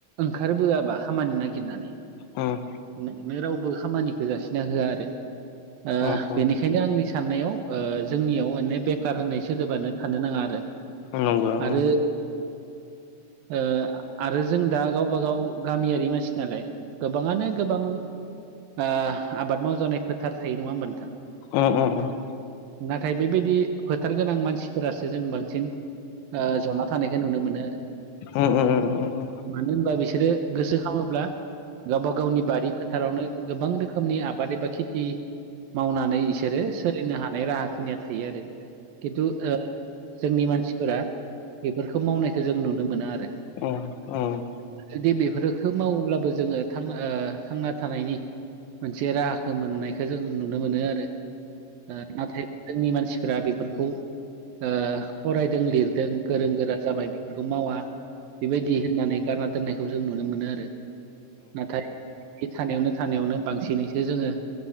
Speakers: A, on the right; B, on the left.
A: ओंखारबोआबा खामानि नागिरनानै
B: उम
A: नोंनो रावबो खामानिखौ जासिना होआ आरो ओ
B: उम उम
A: बेनिखायनो आंनि साननायाव ओ जोंनियाव मानेे बेखार होननाय सोदोबानो थानो नाङा आरो
B: नंगौ उम
A: आरो ओ आरो जों दा गावबा गाव गामियारि मानसि नालाय गोबाङानो गोबां ओ आबाद मावजानाय फोथार थायो नङा होमब नोंथां
B: उम उम उम
A: नाथाय बेबायदि फोथार गोनां मानसिफोरासो जों बांसिन ओ जना थानायखौ नुनो मोनो आरो
B: उम उम उम उम
A: मानो होनबा बिसोरो गोसो खामोब्ला गावबा गावनि बारि फोथारावनो गोबां रोखोमनि आबाद एबा खेथि मावनानै इसोरो सोलिनो हानाय राहा खिनिया थायो आरो खिन्थु ओ जोंनि मानसिफोरा बेफोरखौ मावनायखौ जों नुनो मोना आरो
B: उम उम
A: जुदि बेफोरफोरखौ मावोब्लाबो जोङो ओ थांना थानायनि मोनसे राहाखौ मोननायखौ जों नुनो मोनो आरो ओ नाथाय जोंनि मानसिफोरा बेफोरखौ ओ फरायदों लिरदों गोरों गोरा जाबाय बेफोरखौ मावा बेबायदि होननानै गारना दोननायखौ जों नुनो मोनो आरो नाथाय बे थानायावनो थानायावनो बांसिनैसो जोङो